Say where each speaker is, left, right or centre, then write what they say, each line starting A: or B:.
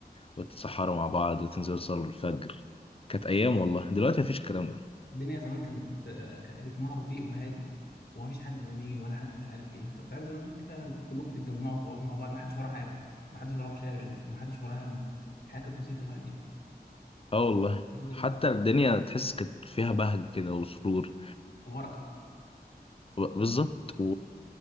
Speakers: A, on the left; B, on the left.
A: وتتسحروا مع بعض وتنزلوا تصلوا الفجر كانت أيام والله دلوقتي مفيش الكلام ده
B: الدنيا زمان كانت آه، كان رتمها بطيء وهادي ومفيش حد بقى بيجري ولا حد مش عارف إيه أنت فاهم زي ما تقول كده فعلا كلكم تتجمعوا وتقعدوا مع بعض محدش وراه حاجة محدش وراه مشاغل محدش وراه هم الحياة كانت بسيطة وهادية
A: اه والله
B: غير
A: حتى
B: دلوقتي
A: الدنيا تحس كانت فيها بهجة كده وسرور
B: وبركة
A: ب- بالظبط و...